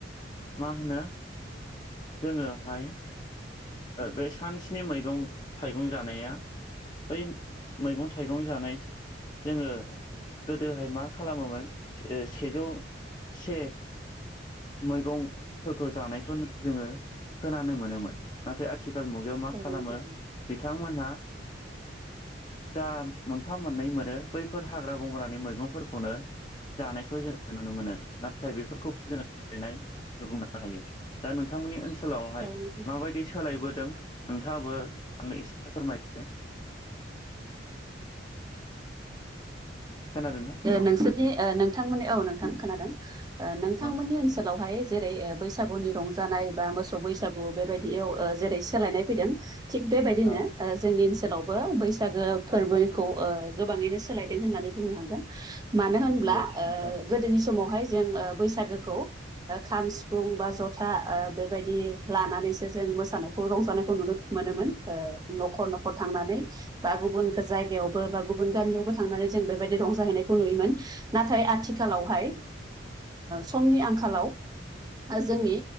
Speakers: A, on the left; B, on the right.
A: मा होनो जोङोहाय बे सानस्नि मैगं थाइगं जानाया बै मैगं थाइगं जानाय जोङो गोदोहाय मा खालामोमोन सेजौ से मैगंफोरखौ जानायखौ जोङो खोनानो मोनोमोन नाथाय आथि- आथिखाल मुगायाव मा
B: औ
A: खालामो
B: नोंथां
A: बिथांमोनहा दा मोनफा मोननै मोन- बैफोर हाग्रा बंग्रानि मैगंफोरखौनो जानायखौ जोंङो नुनो मोनो नाथाय बेफोरखौ जोङो सोलायनाय <unintelligible> हायो दा नोंथांमोननि ओनसोलाव ओनसोलावहाय
B: औ नोंथां
A: माबायदि सोलायबोदों नोंथाङाबो आंनो एसे फोरमायदो खोनादोंना औ
B: नोंसोरनि नोंथांमोननि औ नोंथां खोनादों नोंथांमोननि
A: औ
B: ओनसोलावहाय जेरै बैसागुनि रंजानाय बा मोसौ बैसागु बेबायदियाव जेरै सोलायनाय फैदों थिग बेबायदिनो
A: औ
B: जोंनि ओनसोलावबो बैसागो फोरबोखौ गोबाङैनो सोलायदों होननानै बुंनो हागोन मानो होनब्ला
A: नंगौ नोंथां
B: गोदोनि समाव बेहाय जों बैसागोखौ खाम सिफुं बा जथा बेबायदि लानानैसो जों मोसानायखौ रंजानायखौ नुनो मोनोमोन नखर नखर थांनानै बा गुबुन जायगायावबो बा गुबुन गारियावबो थांनानै जों बेबायदि रंजाहैनायखौ नुयोमोन नाथाय आथिखालावहाय समनि आंखालाव जोंनि